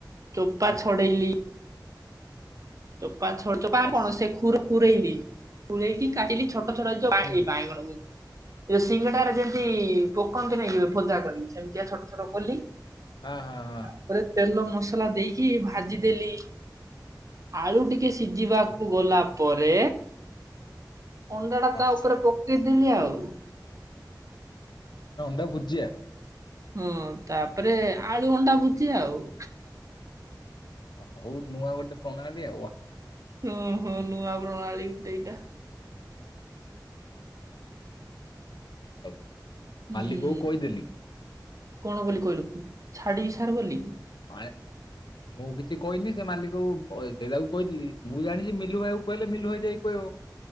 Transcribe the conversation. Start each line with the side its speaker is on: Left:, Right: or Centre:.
Right: ଚୋପା
Left: ହଁ
Right: ଛଡେଇଲି ଚୋପା ଛ ଚୋପା
Left: ବାସ୍
Right: କଣ ସେ ଖ ପରେଇନି ପୁରରେଇକି କାଟିଲି ଛୋଟ
Left: ହୁଁ
Right: ବାଇଗଣ ସିଙ୍ଗଡାରେ ଯେମତି ପୋକନ୍ତି ନାଇଁ ଭୋଜା କରିନ୍ତି ସେମିତିଆ ଛୋଟ ଛୋଟ କଲି,
Left: ହଁ ହଁ ହଁ
Right: ତାପରେ ତେଲ ମସଲା ଦେଇକି ଭାଜିଦେଲି ଆଳୁ ଟିକେ ସିଝିବାକୁ ଗଲା ପରେ ଅଣ୍ଡା ଟା
Left: ବାସ୍।
Right: ତା ଉପରେ ପକେଇଦେଲିି ଆଉ
Left: ମାନେ ଅଣ୍ଡା ଭୁଜିଆ
Right: ହଁ ତାପରେ ଆଳୁ ଅଣ୍ଡା ଭୁଜି ଆଉ।
Left: ଅ ହଉ ନୂଆ ଗୋଟେ ପ୍ରଣାଳୀ ଆଉ
Right: ହୁଁ ହୁଁ ନୁଆ ପ୍ରଣାଳୀ ଗୋଟେ ଏଇଟା।
Left: ହଉ
Right: ହୁଁ
Left: ମାଲିକ କକୁ କଇଦେଲି।
Right: କଣ ବୋଲି କହିଲୁ ଛାଡିବି ସାର ବୋଲି?
Left: ଆ ମୁଁ କିଛି କହିନି ସେ ମାଲିକକୁ ସେଇଟାକୁ କହିଥିଲି ମୁଁ ଜାଣିଛି ମିଲୁ ଭାଇ କହିଲେ ମିଲୁ ଭାଇ ଯାଇକି କହିବ।